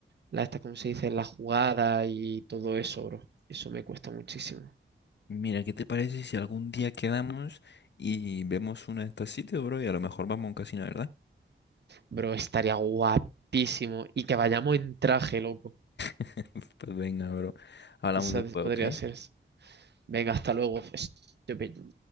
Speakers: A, on the right; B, on the left.
A: la, esta, ¿cómo se dice? La jugada y todo eso, bro. Eso me cuesta muchísimo.
B: Mira, ¿qué te parece si algún día quedamos y vemos uno de estos sitios, bro? Y a lo mejor vamos a un casino, ¿verdad?
A: Bro, estaría guapísimo. Y que vayamos en traje, loco.
B: <laughs> Pues venga, bro. Hablamos
A: O sea,
B: después,
A: podría
B: ¿ok?
A: ser. Venga, hasta luego. Estúpido.